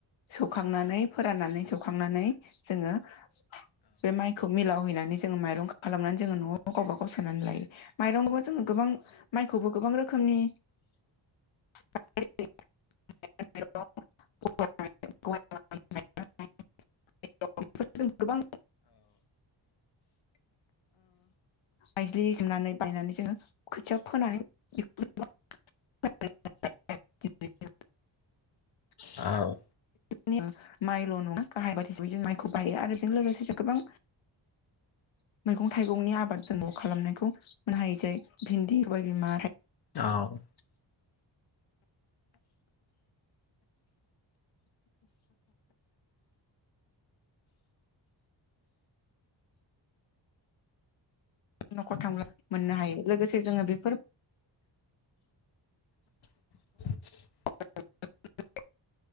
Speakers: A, on the left; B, on the left.
A: सौखांनानै फोराननानै सौखांनानै जोङो बे माइखौ मिलावहैनानै जोंङो माइरं खालामनानै जोङो न'आव गावबा गाव सोनानै लायो माइरंखौबो जोङो गोबां खौबो गोबां रोखोमनि <unintelligible> <unintelligible> गोबां मायज्लि सोमनानै बायनानै जोङो खोथिया फोनानै <unintelligible>
B: औ
A: <unintelligible> माइल' नङा गाहाय आबाद हिसाबै माइखौ खौ बायो आरो बेजों लोगोसे गोबां मैगं थाइगंनि आबाद जों खालामनायखौ मोननो हायो जेरै भिन्दि गय सबायबिमा
B: औ
A: न'खर थांब्ला मोननो हायो लोगोसे जोङो बेफोर
B: <inaudible>
A: <unintelligible>